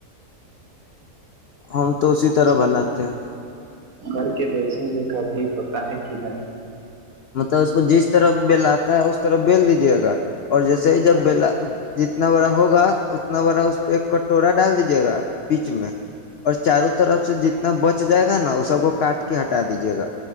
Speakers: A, on the left; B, on the right.
A: ہم تو اسی
B: اچا
A: طرح بناتے ہیں
B: کر کے دیکھیں گے کبھی ہوتا ہے کہ نہیں
A: مطلب اس کو جس طرح بلاات س اس طرف بیل دیجیے گا اور جیسے ہی جب
B: ہاں
A: بلا ج اتنا بڑا ہوگا اتنا بڑا اس پہ ایک کٹورا ڈال دیجیے گا بیچ میں اور چاروں طرف سے جت انا بچ جائے گا نا وہ سب کو کاٹ کے ہٹا دیجے گا